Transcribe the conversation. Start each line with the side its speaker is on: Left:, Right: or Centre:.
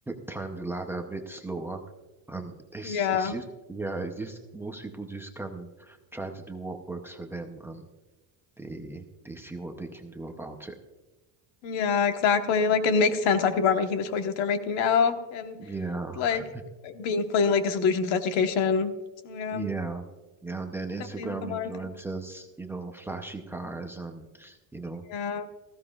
Centre: climb the ladder a bit slower. And it's
Left: yeah,
Centre: it's just yeah, it's just most people just kind of try to do what works for them and they they see what they can do about it.
Left: yeah, exactly. Like it makes sense why people are making the choices they're making now and
Centre: Yeah.
Left: like being fully like disillusioned with education. Yeah,
Centre: Yeah. Yeah. And then Instagram
Left: definitely like a modern
Centre: influencers,
Left: thing.
Centre: you know, flashy cars and, you know,
Left: Yeah,